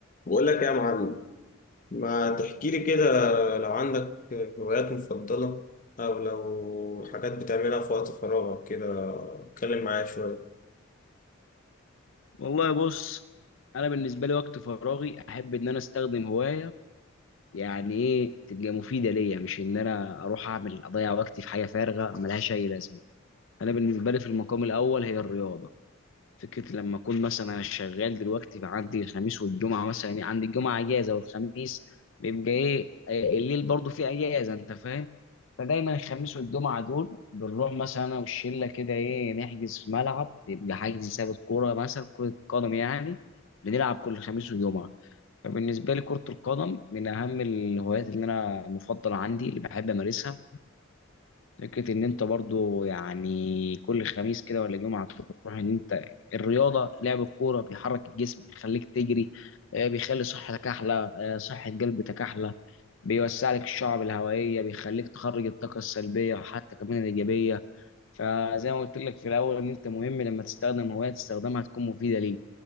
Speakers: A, on the left; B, on the left.
A: بقول لك يا معلم ما تحكي لي كده لو عندك هوايات مفضلة أو لو حاجات بتعملها في وقت فراغك كده اتكلم معايا شوية
B: والله بص انا بالنسبه لي وقت فراغي احب ان انا استخدم هوايه يعني ايه تبقى مفيده ليا مش ان انا اروح اعمل اضيع وقتي في حاجه فارغه ملهاش اي لازمه انا بالنسبه لي في المقام الاول هي الرياضه فكره لما اكون مثلا انا شغال دلوقتي فعندي الخميس والجمعه مثلا يعني عندي الجمعه اجازه والخميس بيبقى ايه إيه، الليل برضو فيه اجازه انت فاهم فدايما الخميس والجمعة دول بنروح مثلا أنا والشلة كده إيه نحجز في ملعب يبقى حجز ثابت كورة مثلا كرة قدم يعني بنلعب كل خميس وجمعة فبالنسبة لي كرة القدم من أهم الهوايات اللي أنا مفضلة عندي اللي بحب أمارسها فكرة إن أنت برضو يعني كل خميس كده ولا جمعة تروح إن أنت الرياضة لعب الكورة بيحرك الجسم بيخليك تجري آه، بيخلي صحتك أحلى آه، صحة قلبك أحلى بيوسع لك الشعب الهوائيه بيخليك تخرج الطاقه السلبيه وحتى كمان الايجابيه فزي ما قلت لك في الاول ان انت مهم لما تستخدم هوايه تستخدمها تكون مفيده ليك